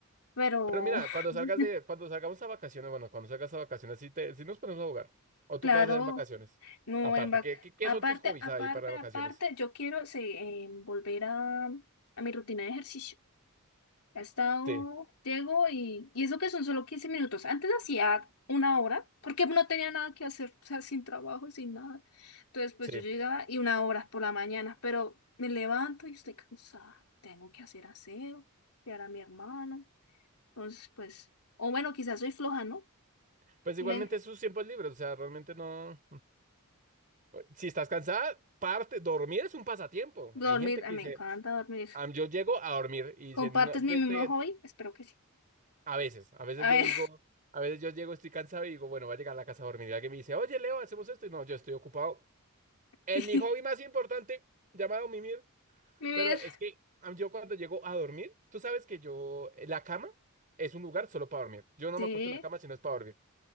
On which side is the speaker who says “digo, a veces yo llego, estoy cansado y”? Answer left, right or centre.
Right